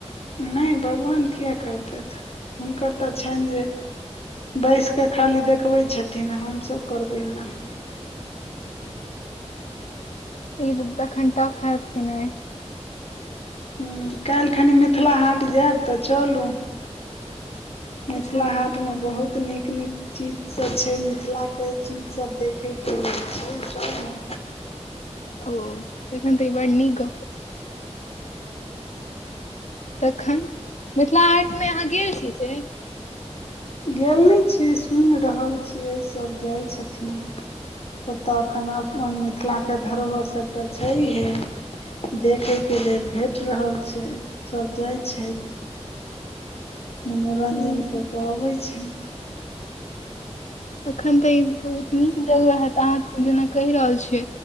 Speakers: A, on the left (about 60°); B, on the left (about 80°).
A: नहि भगवान किए करतैथ हुनकर तऽ छैन जे बैस कऽ खाली देखबै छथिन हमसभ करबै नऽ
B: ह ई तखन टफ <unintelligible> हैत केनाइ
A: ह काल्हि खनि मिथिला हाट जैब तऽ चलू मिथिला
B: अच्छा
A: हाट मे बहुत नीक नीक चीजसभ छै मिथिलाके चीजसभ देखयके लेल छै सभ ने
B: ओ तखन तऽ ई बर निक गप तखन मिथिला हाट मे अहाँ गेल छी से
A: गेल नै छी सुनि रहल छियै सभ जाइ छथिन ओत एखन अपन मिथिलाके धरोहर सभटा छैहे देखय के लेल भेट रहल छै सब जाइ छैथ मनोरंजन कऽ कऽ अबै छैथ
B: तखन तऽ ई बहुत निक त अहाँ जेना कहि रहल छियै